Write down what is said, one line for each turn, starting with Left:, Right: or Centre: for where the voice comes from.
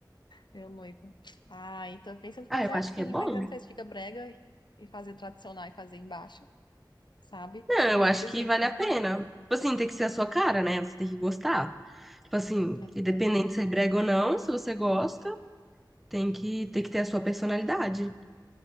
Left: Meu noivo. Ah, então pensa em fazer
Centre: Ah, eu
Left: assim,
Centre: acho que é bom.
Left: mas eu não sei se fica brega e fazer tradicional e fazer embaixo, sabe?
Centre: Não,
Left: É
Centre: eu
Left: que é
Centre: acho
Left: muita
Centre: que
Left: gente.
Centre: vale a pena. Tipo assim, tem que ser a sua cara, né? Você tem que gostar. Tipo assim,
Left: Pois
Centre: independente
Left: é.
Centre: se é brega ou não, se você gosta. Tem que, tem que ter a sua personalidade.